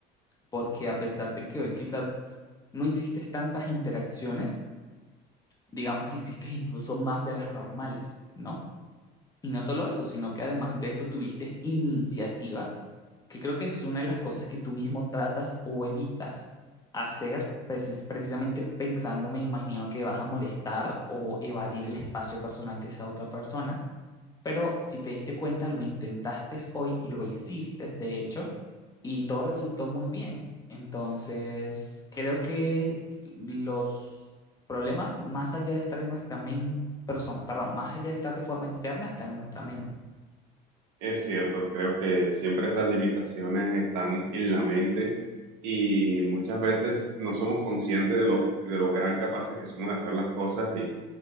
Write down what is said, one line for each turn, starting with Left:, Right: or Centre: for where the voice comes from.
Left: porque a pesar de que hoy quizás no hiciste tantas interacciones, digamos que hiciste incluso más de las normales, ¿no? Y no solo eso, sino que además de eso tuviste iniciativa, que creo que es una de las cosas que tú mismo tratas o evitas hacer, precis- precisamente pensando, me imagino que vas a molestar o evadir el espacio personal de esa otra persona. Pero si te diste cuenta, lo intentaste hoy, lo hiciste, de hecho, y todo resultó muy bien. Entonces, creo que los problemas, más allá de estar en nuestra mente, perdón, perdón, más allá de estar de forma externa, están en nuestra mente.
Right: Es cierto, creo que siempre esas limitaciones están en la mente y muchas veces no somos conscientes de lo, de lo gran capaces que somos de hacer las cosas y,